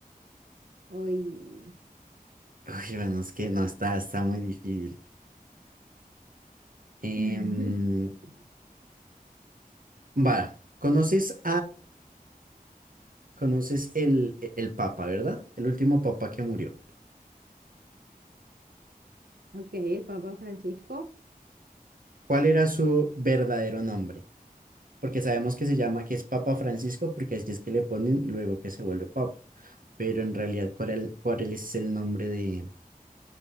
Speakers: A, on the right; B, on the right.
A: Hoy.
B: Uy, bueno, es que no está, está muy difícil. Em,
A: <laughs>
B: va, ¿conoces Conoces el, el Papa, ¿verdad? El último Papa que murió.
A: Ok, el Papa Francisco.
B: ¿Cuál era su verdadero nombre? Porque sabemos que se llama, que es Papa Francisco, porque así es que le ponen luego que se vuelve Papa. Pero en realidad, ¿cuál, el- cuál es el nombre de,